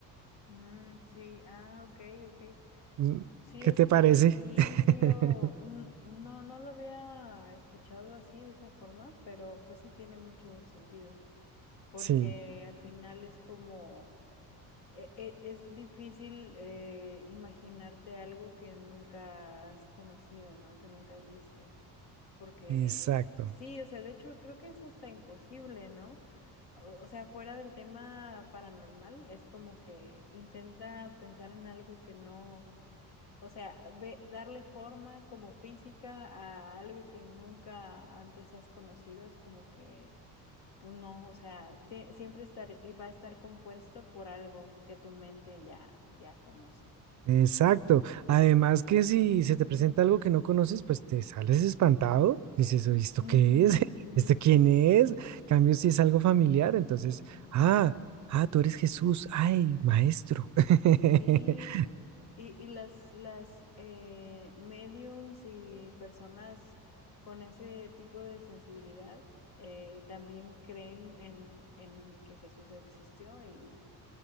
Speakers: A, on the left; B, on the right.
A: Mm, sí, ah, ok, ok.
B: Mm,
A: Sí,
B: ¿Qué
A: este,
B: te parece?
A: sí,
B: <laughs>
A: sí lo, n- no, no lo había escuchado así de esa forma, pero pues sí tiene mucho sentido, porque
B: Sí,
A: al final es como, e- e- es difícil eh, imaginarte algo que nunca has conocido, ¿no? Que nunca has visto, porque
B: exacto,
A: sí, o sea, de hecho creo que es hasta imposible, ¿no? O, o sea, fuera del tema paranormal, es como que intenta pensar en algo que no o sea, ve- darle forma como física a algo que nunca antes has conocido es como que, pues no, o sea, sie- siempre estar, y va a estar compuesto por algo que tu mente ya, ya conoce.
B: exacto. Además que si se te presenta algo que no conoces, pues te sales espantado. Dices, "Oye, ¿esto
A: Mm,
B: qué es? <laughs>
A: sí,
B: ¿Esto
A: sí, sí.
B: quién es? En Cambio si es algo familiar, entonces, ah, ah, tú eres Jesús, ay, maestro. <laughs>
A: Sí, y, y las, las eh, mediums y personas con ese tipo de sensibilidad eh, también creen en, en que Jesús existió y